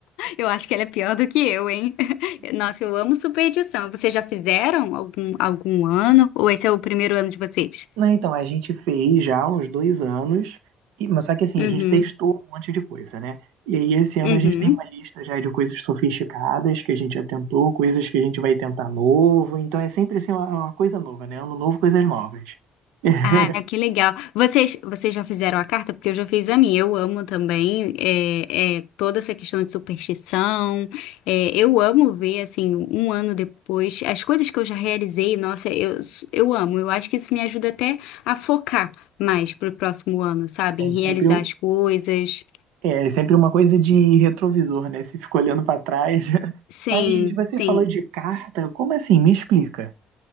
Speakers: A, on the left; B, on the right.
A: eu acho que ela é pior do que eu, hein? <laughs> Nossa, eu amo superstição. Vocês já fizeram algum, algum ano? Ou esse é o primeiro ano de vocês?
B: Não, então, a gente fez já há uns dois anos, e- mas só que assim,
A: Uhum,
B: a gente testou um monte de coisa, né? E aí esse ano
A: uhum.
B: a gente tem uma lista já de coisas sofisticadas que a gente já tentou, coisas que a gente vai tentar novo, então é sempre assim uma, uma coisa nova, né? Ano novo, coisas novas. <laughs>
A: Ah, que legal. Vocês, vocês já fizeram a carta? Porque eu já fiz a minha. Eu amo também é, é, toda essa questão de superstição. É, eu amo ver, assim, um ano depois, as coisas que eu já realizei. Nossa, eu, eu amo. Eu acho que isso me ajuda até a focar mais pro próximo ano, sabe?
B: É
A: Em
B: sempre,
A: realizar
B: um-
A: as coisas.
B: é é sempre uma coisa de retrovisor, né? Você fica olhando para trás. <laughs>
A: Sim,
B: Mas você
A: sim.
B: falou de carta, como assim? Me explica.